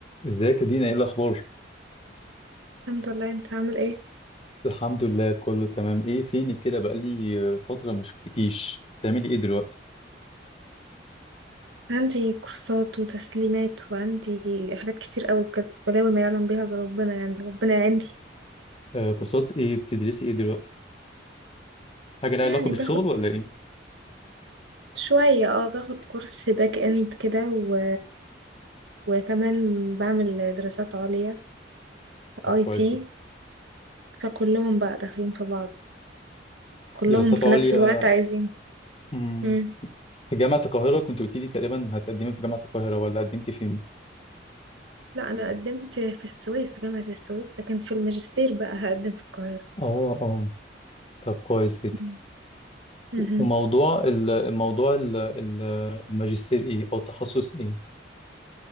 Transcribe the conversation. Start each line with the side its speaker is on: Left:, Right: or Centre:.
Left: ازيك يا دينا ايه الاخبار
Right: الحمد لله انت عامل ايه
Left: الحمد لله كله تمام ايه فينك كده بقالي آه، فتره ما شفتكيش بتعملي ايه دلوقتي
Right: عندي كورسات وتسليمات وعندي حاجات كتير قوي بجد بلاوي ما يعلم بيها الا ربنا يعني ربنا يعيني
Left: آه كورسات ايه بتدرسي ايه دلوقتي حاجه لها
Right: يعني
Left: علاقه بالشغل
Right: باخد
Left: ولا ايه
Right: شوية اه باخد كورس باك اند كده و... وكمان بعمل دراسات عليا
Left: طب
Right: اي
Left: كويس
Right: تي
Left: جدا
Right: فكلهم بقى داخلين في بعض كلهم
Left: دراسات
Right: في
Left: عليا
Right: نفس الوقت عايزين
Left: مم.
Right: مم.
Left: في جامعه القاهره كنت قلت لي تقريبا هتقدمي في جامعه القاهره ولا قدمتي فين
Right: لا انا قدمت في السويس جامعة السويس ده كان في الماجستير بقى هقدم في القاهرة
Left: اه اه طب كويس جدا
Right: مم. مهم.
Left: وموضوع ال- موضوع ال- ال- الماجستير ايه او التخصص ايه